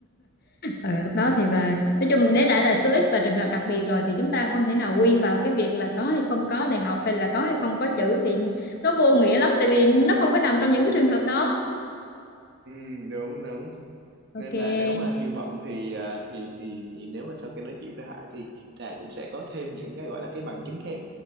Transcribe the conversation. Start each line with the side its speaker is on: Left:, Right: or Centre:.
Left: Ừ, lúc đó thì và nói chung đấy lại là số ít và trường hợp đặc biệt rồi thì chúng ta không thể nào quy vào cái việc là có hay không có đại học hay là có hay không có chữ thì nó vô nghĩa lắm tại vì nó không có nằm trong những cái trường hợp đó
Right: ừ đúng đúng
Left: ok
Right: nên là nếu mà hy vọng thì à, thì thì thì nếu mà sau khi nói chuyện với Hải thì Trà cũng sẽ có thêm những cái gọi là cái bằng chứng thép